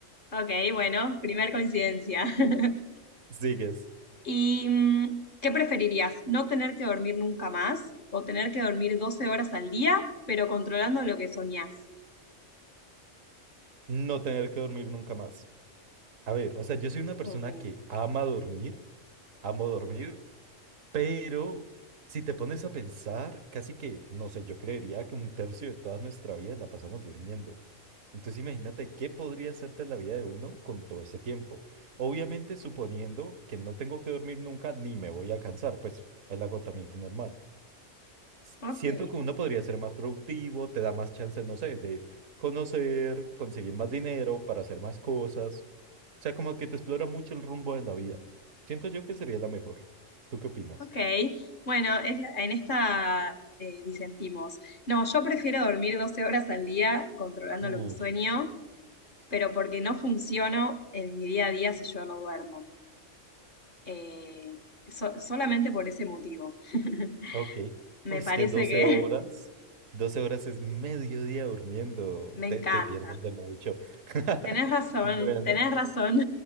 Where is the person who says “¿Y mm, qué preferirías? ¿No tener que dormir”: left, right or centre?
Left